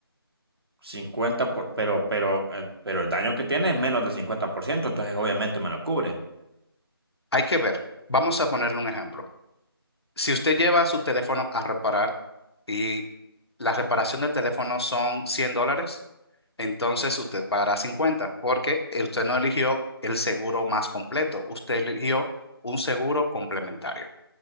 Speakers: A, on the right; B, on the left.
A: cincuenta por- pero, pero, eh, pero el daño que tiene es menos del 50%. entonces obviamente me lo cubre.
B: Hay que ver, vamos a ponerle un ejemplo. Si usted lleva su teléfono a reparar y la reparación del teléfono son 100 dólares, entonces usted pagará 50 porque usted no eligió el seguro más completo, usted eligió un seguro complementario.